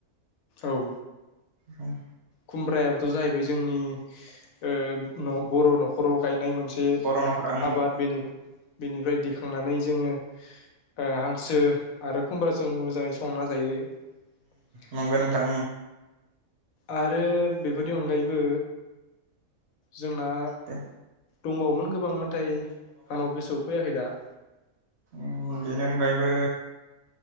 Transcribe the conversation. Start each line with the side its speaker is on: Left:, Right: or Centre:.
Left: औ
Right: उम
Left: खुमब्रायाबोथ' जाहैबाय जोंनि उह न-बर' न'खराव गायनाय मोनसे
Right: बर' न'खर आं
Left: आबाद बेनि-बिनिफ्राय दिखांनानै जोंङो ओ हांसो आरो खुमब्राजों मोजांङै संना जायो ।
Right: नंगौ नोंथां
Left: आरो बेफोरनि अनगायैबो जोंना
Right: दे
Left: दंबावो मोन गोब बां नाथाय आंनाव गोसोआव फैयाखै दा ।
Right: उम बेनि अनगायैबो